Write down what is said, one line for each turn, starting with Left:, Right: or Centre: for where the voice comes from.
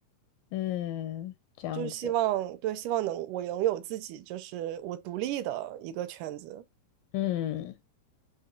Left: 嗯，这样子，
Right: 就是希望对，希望能我能有自己就是我独立的一个圈子，
Left: 嗯，